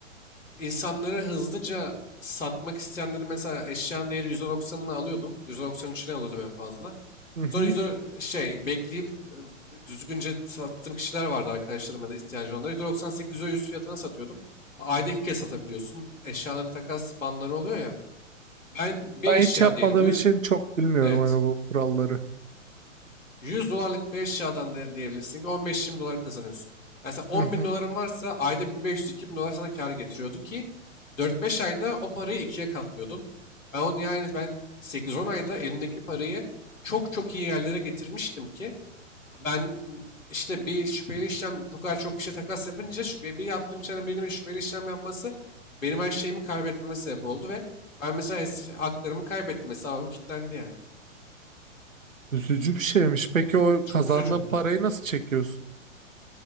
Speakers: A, on the left; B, on the right.
A: insanlara hızlıca satmak isteyenleri mesela eşyanın değeri %90'ını alıyordum. %93'üne alıyordum en fazla.
B: Hı hı.
A: Sonra %10 şey bekleyip e, düzgünce sattığım kişiler vardı arkadaşlarım ya da ihtiyacı olanlar. %98, %100 fiyatına satıyordum. Ayda iki kez satabiliyorsun. Eşyaların takas banları oluyor ya. Ben bir
B: Ben
A: eşya
B: hiç yapmadığım
A: diyelim. yü-
B: için çok bilmiyorum
A: Evet.
B: hani bu kuralları.
A: 100 dolarlık bir eşyadan da diyebilirsin ki 15-20 dolar kazanıyorsun. Yani sen 10
B: Hı hı.
A: bin doların varsa ayda 1500-2000 dolar sana kar getiriyordu ki 4-5 ayda o parayı ikiye katlıyordun. Ben onu yani ben 8-10 ayda elimdeki parayı çok çok iyi yerlere getirmiştim ki ben işte bir şüpheli işlem bu kadar çok kişiye takas yapınca şüphe, bir yaptığım kişiden birinin bir şüpheli işlem yapması benim her şeyimi kaybetmeme sebep oldu ve ben mesela es- haklarımı kaybettim hesabım kilitlendi yani.
B: Üzücü bir şeymiş. Peki o kazandığın
A: Çok üzücü.
B: parayı nasıl çekiyorsun?